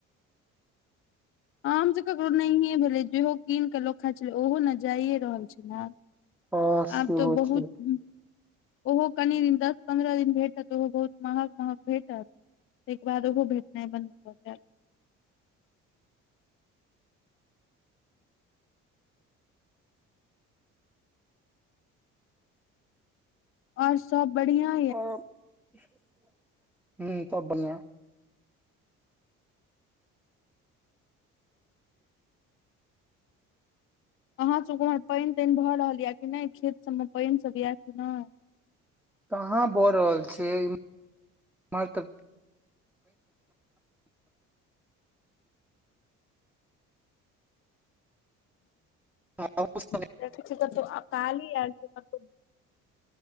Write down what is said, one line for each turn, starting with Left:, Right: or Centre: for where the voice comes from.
Left: आम त ककरो नहिए भेलै जेहो कीन कऽ लोक खा छलै ओहो ने जाइए रहल छैई ने आब- -
Centre: हँ सेहो
Left: आब तो बहुत
Centre: छै
Left: ऊ ओहो कनि दिन तक दस पन्द्रह दिन भेटत ओहो बहुत महग -महग भेटत तके बाद ओहो भेटनाइ बन्द भऽ जैत और सब बढ़िया
Centre: ओ हु तब बढ़िआं
Left: अहाँ सबके उम्हर पेईन तेन भऽ रहल यए कि नेई खेत सबमे पेईन सब यए कि नेई
Centre: कहाँ बऽ रहल छैई ईम्हर तऽ आ
Left: देखें छिए कतो अकाली ऐल छैई कतो